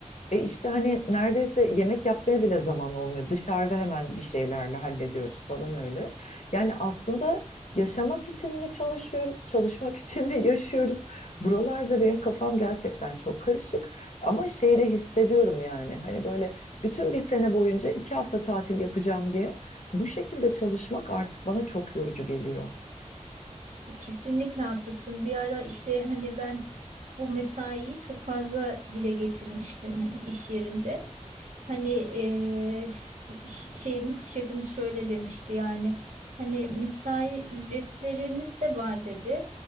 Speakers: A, on the left; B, on the right.
A: E işte hani neredeyse yemek yapmaya bile zaman olmuyor. Dışarıda hemen bir şeylerle hallediyoruz falan öyle. Yani aslında yaşamak için mi çalışıyoruz, çalışmak <laughs> için mi yaşıyoruz? Buralarda benim kafam gerçekten çok karışık. Ama şeyi de hissediyorum yani. Hani böyle bütün bir sene boyunca iki hafta tatil yapacağım diye bu şekilde çalışmak artık bana çok yorucu geliyor.
B: Kesinlikle haklısın. Bir ara işte hani ben bu mesaiyi çok fazla dile getirmiştim hani iş yerinde. Hani eee, ş- şeyimiz şefimiz şöyle demişti yani hani mesai ücretleriniz de var dedi.